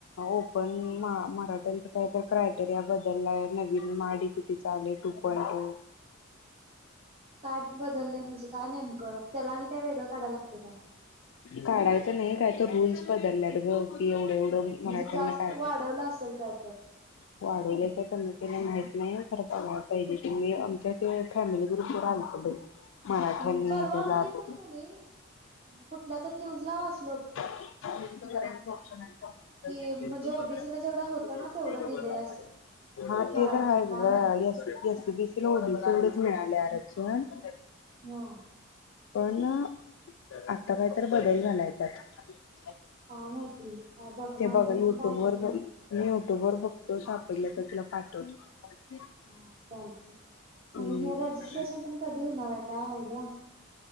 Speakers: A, on the left; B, on the right.
A: ओपन मराठ्यांच काय तर क्रायटेरिया बदललाय नवीन माडीपीटी आले टू पॉईंट टू.
B: काय बदललंय म्हणजे, काय नेमकं त्याला आणि काय वेगळं काढायला लागते काय
A: काढायचं नाही, काय तर रूल्स बदलल्यात ग की एवढे एवढ-
B: म्हणजे
A: मराठ्यांना
B: जास्त
A: काय
B: वाढवलं असेल काय तर
A: वाढवले. क के माहत नाही बघला पाहिजेी आमच्या ते फॅमिली ग्रुप आलत बाई. मराठ्यांनी
B: हम्म परवा
A: ते लाभ
B: मी पण क नाही. कुठल्या तर न्यूज ला वाच.
A: हा
B: कि म्हणजे ओबीसीला जेवढं होतं ना तेवढं दिलंय असं मराठ्यानं
A: ते तर रायच
B: काय
A: ग
B: माहिती
A: एससी बीसी लाओढ एढच मिळालेर शण.
B: म <unintelligible>
A: पण आता काय तर बदल झालाय त्यात अ <unintelligible>
B: काय माहिती काय बघ माग
A: बघा
B: मी
A: युट्यूब
B: पण का ऐकल
A: वर
B: नाही
A: मी युट्यूब बघतो सापडल्या तर तुला पाठवतो.
B: हा चालत
A: हम्म
B: आणि हे रजिस्ट्रेशन पण कधी होणार आहे, काय आयडिया